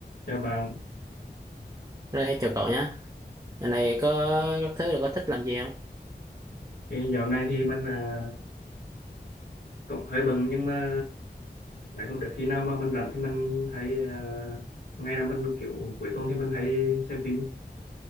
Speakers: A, on the left (about 70°); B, on the right (about 20°).
A: Chào bạn,
B: Đây chào cậu nhé. Giờ này có các thứ là có thích làm gì không?
A: cái dạo này thì mình à, cũng hơi bận nhưng mà mấy hôm trước khi nào mà mình rảnh thì mình hay à, ngay là mình kiểu cuối tuần thì mình hay xem phim,